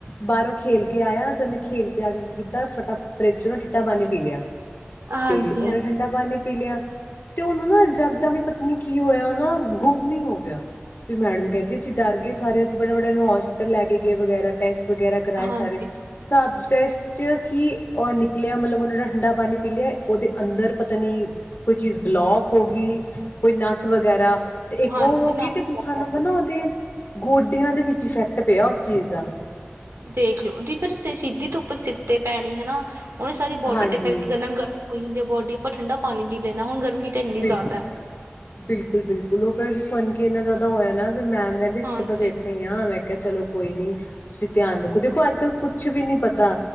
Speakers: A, on the left (about 50°); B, on the right (about 70°).
A: ਬਾਹਰੋਂ ਖੇਲਕੇ ਆਇਆ, ਤੇ ਉਹਨੇ ਖੇਲਕੇ ਆਕੇ ਕੀ ਕੀਤਾ ਫਟਾ, ਫਰਿਜ'ਚੋ ਨਾ ਠੰਡਾ ਪਾਣੀ ਪੀ ਲਿਆ।
B: ਹਾਂਜੀ
A: ਤੇ ਉਹਨੇ
B: ਹਾਂਜੀ
A: ਠੰਡਾ ਪਾਣੀ ਲਿਆ, ਤੇ ਉਹਨੂੰ ਨਾ ਜਗਦਮ ਈ ਪਤਾ ਨੀ ਹੋਇਆ ਨਾ ਗੁੰਮ ਈ ਹੋਗਿਆ। ਤੇ ਮੈਡਮ ਕਹਿੰਦੀ ਅਸੀਂ ਡਰ ਗੇ ਸਾਰੇ, ਅਸੀਂ ਬੜੇ-ਬੜੇ ਨੂੰ ਹੋਸਪੀਟਲ ਲੈਕੇ ਗਏ ਵਗੈਰਾ ਟੈਸ ਟ ਵਗੈਰਾ ਕਰਾਏ
B: ਹਾਂਜੀ
A: ਸਾਰੇ, ਸਭ ਟੇਸ ਚ ਕੀ ਅਹ ਨਿਕਲਿਆ, ਮਤਲਬ ਉਹਨਾਂ ਨੇ ਠੰਡਾ ਪਾਣੀ ਪੀਲਿਆ ਉਹਦੇ ਅੰਦਰ ਪਤਾ ਨੀ ਕੋਈ ਚੀਜ਼ ਬਲੌਕ ਹੋਗੀ, ਕੋਈ ਨਸ ਵਗੈਰਾ। ਤੇ ਇੱਕ
B: ਹਾਂਜੀ
A: ਉਹ ਹੋਗੀ, ਤੇ ਦੂਸਰਾ ਨੰਬਰ ਨਾ ਉਹਦੇ ਗੋਡਿਆਂ ਦੇ ਵਿੱਚ ਇਫੈਕਟ ਪਿਆ ਉਸ ਚੀਜ਼ ਦਾ।
B: ਦੇਖਲੋ, ਦੀ ਫਿਰ ਸ ਸ਼ਿੱਧੀ ਧੁੱਪ ਸਿਰ ਤੇ ਪੈਣੀ ਹਨਾ, ਉਹਨੇ ਸਾਰੀ ਬੋਡੀ
A: ਹਾਂਜੀ
B: ਤੇ ਇਫੈਕਟ ਕਰਨਾ, ਗਰ ਹੋਈ ਹੁੰਦੀ ਆ ਬੋਡੀ, ਆਪਾਂ ਠੰਡਾ ਪਾਣੀ ਪੀ ਲੈਣਾ ਹੁਣ ਗਰਮੀ ਤਾਂ ਇੰਨੀ
A: ਬਿਲਕੁਲ-ਬਿਲਕੁਲ,
B: ਜ਼ਿਆਦਾ
A: ਬਿਲਕੁਲ ਉਹ ਫਿਰ ਸੁਣਕੇ ਇੰਨਾ ਜ਼ਿਆਦਾ ਹੋਇਆ ਨਾ ਫਿਰ ਵੀ ਮੈਮ ਨੇ <unintelligible>
B: ਹਾਂਜੀ
A: ਹੋਈ ਆਂ, ਮੈਂ ਕਿਹਾ ਚੱਲੋ ਕੋਈ ਨੀ ਤੁਸੀਂ ਧਿਆਨ ਰੱਖੋ, ਦੇਖੋ ਅੱਜ-ਕੱਲ ਕੁਛ ਵੀ ਨੀ ਪਤਾ।